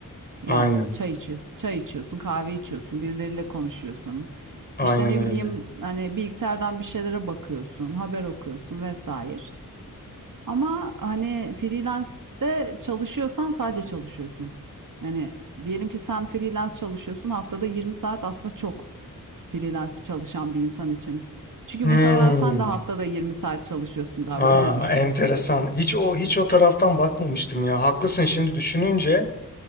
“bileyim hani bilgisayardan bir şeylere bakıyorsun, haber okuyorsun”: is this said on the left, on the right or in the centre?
Right